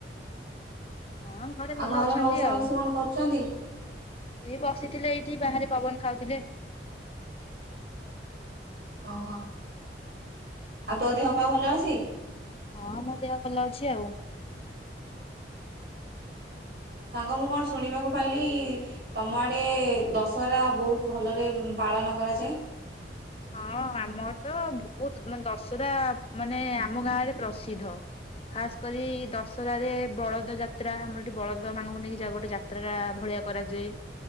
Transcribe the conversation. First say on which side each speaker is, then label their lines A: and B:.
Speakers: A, on the left; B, on the right.
A: ହଁ ଭଲ
B: ଆଉ ଘରେ
A: ଅଛନ୍ତି
B: ମୋଉସା
A: ଆଉ
B: ମାଉସୀ କଣ କରୁଚନ୍ତି?
A: ଏଇ ବସିଥିଲେ ଏଇଠି ବାହାରେ ପବନ ଖାଉଥୁଲେ।
B: ଓହୋ ଆଉ ତୋ ଦେହ ପା ଭଲ ଅଛି?
A: ହଁ ମୋ ଦେହ ଭଲ ଅଛି ଆଉ।
B: ସାଙ୍ଗ ମୁଁ କଣ ଶୁଣିବାକୁ ପାଇଲି ତମ ଆଡ଼େ ଦଶହରା ବୋହୁତ ଭଲରେ ପାଳନ କରାଯାଏ।
A: ହଁ ଆମର ତ ବୋହୁତ ମାନେ ଦଶରା ମାନେ ଆମ ଗାଁରେ ପ୍ରସିଦ୍ଧ। ଖାସ କରି ଦଶରାରେ ବଳଦ ଯାତ୍ରା ଆମର ଏଠି ବଳଦମାନଙ୍କୁ ନେଇକି ଯା ଗୋଟେ ଯାତ୍ରା ରା ଭଳିଆ କରାଯାଏ।